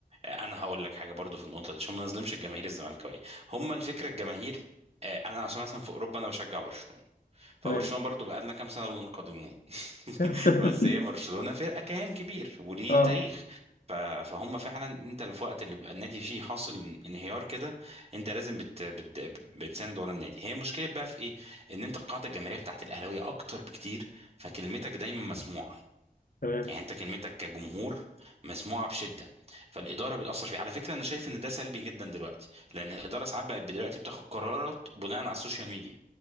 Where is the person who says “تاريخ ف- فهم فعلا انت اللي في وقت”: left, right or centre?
Right